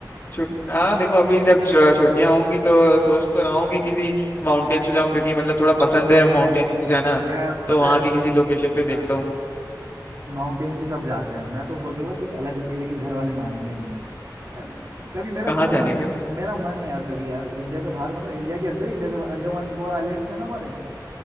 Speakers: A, on the left; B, on the right.
A: छुट
B: छुट
A: हाँ देखो अभी जब छु- छुट्टियां होंगी तो सोच तो रहा हूँ कि किसी माउंटेन्स पे जाऊँ क्योंकि मतलब थोड़ा पसंद है माउंटेन पे जाना
B: यार
A: तो
B: पता
A: वहाँ
B: है
A: की किसी लोकेशन पे देखता
B: हाँ
A: हूँ
B: माउंटेन्स ही सब जाते हैं मैं तो सोच रहा था कुछ अलग लेकिन घर वाले मानेंगे नहीं यार कभी मेरा
A: कहाँ
B: पता
A: जाने
B: मन
A: का
B: मेरा मन है यार कभी यार इंडिया से बाहर मतलब इंडिया के अंदर ही, इंडिया से बाहर, अंडमान निकोबार आइलैंड्स है ना हमारे